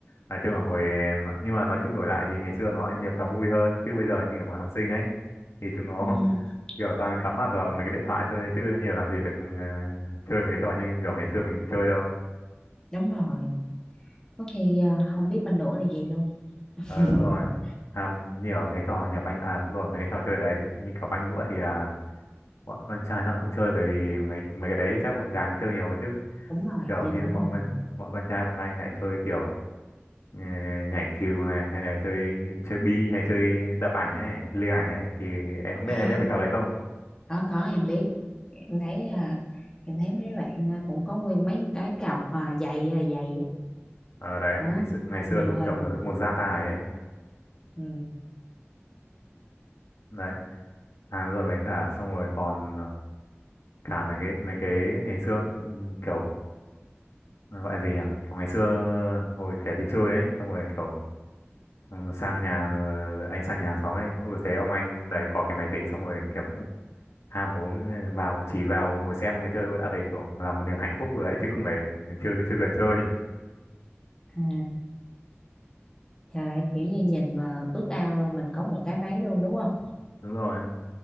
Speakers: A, on the left; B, on the left.
A: nói chung là hồi nó- nhưng mà nói chung đổi lại thì ngày xưa nó lại nhiều trò vui hơn chứ bây giờ như các bạn học sinh ấy thì chúng nó
B: Ừ.
A: <laughs> kiểu toàn cắm mặt vào mấy cái điện thoại thôi chứ nhiều làm gì được ờ, chơi mấy cái trò như kiểu ngày xưa mình chơi đâu
B: đúng rồi có khi à, không biết bên đũa là gì luôn <laughs>
A: ờ đúng rồi à, nhiều mấy cái trò nhà banh à đúng rồi mấy cái trò chơi đấy như kiểu banh đũa thì à, bọn con trai nó không chơi bởi vì mấy mấy cái đấy chắc bọn gái mới chơi nhiều ấy chứ
B: đúng rồi
A: kiểu
B: dạ
A: như
B: đúng
A: bọn
B: rồi
A: con bọn con trai bọn anh lại chơi kiểu ờ, nhảy cừu này hay là chơi chơi bi hay chơi đập ảnh ấy lừa ảnh ấy thì em không
B: à
A: biết em biết mấy trò đấy không
B: có có em biết em thấy à, em thấy mấy bạn à, cũng có nguyên mấy cái cọc à, dày là dày á
A: ờ đấy
B: Đó,
A: ngày xưa, ngày xưa
B: nhiều
A: đúng
B: hình
A: kiểu một, một gia tài ấy
B: ừ.
A: đấy à rồi với cả xong rồi còn ờ, cả mấy cái mấy cái ngày xưa ừm, kiểu nó gọi là gì nhỉ kiểu ngày xưa hồi kẻ đi chơi ấy xong rồi kiểu ừ, sang nhà ờ, anh sang nhà hàng xóm ấy ôi thấy ông anh đấy có cái máy tính xong rồi kiểu cũng ham hố ừ, vào chỉ vào ngồi xem mọi người chơi thôi đã thấy kiểu là một niềm hạnh phúc rồi ấy chứ không phải chưa chưa cần chơi
B: Ừ, trời ơi, kiểu như nhìn mà ước ao luôn mình có một cái máy luôn đúng không?
A: đúng rồi